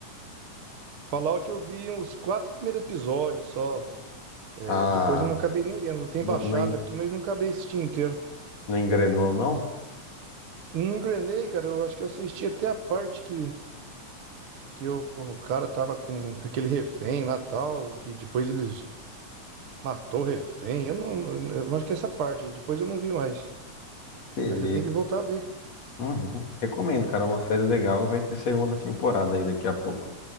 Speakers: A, on the right; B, on the left.
A: Fallout eu vi uns quatro primeiros episódios só. É,
B: Ah,
A: depois eu não acabei nem vendo. Eu tenho
B: não,
A: baixado
B: não, en-
A: aqui, mas não acabei assistindo inteiro.
B: não engrenou, não?
A: Não engrenei, cara. Eu acho que eu assisti até a parte que, que o o cara tava com aquele refém lá tal, que depois eles matou o refém. Eu não, eu acho que é essa parte. aí, Depois eu não vi mais.
B: Beleza.
A: Mas eu tenho que voltar a ver.
B: Uhum. Recomendo, cara. É uma série legal e vai ter segunda temporada aí daqui a pouco.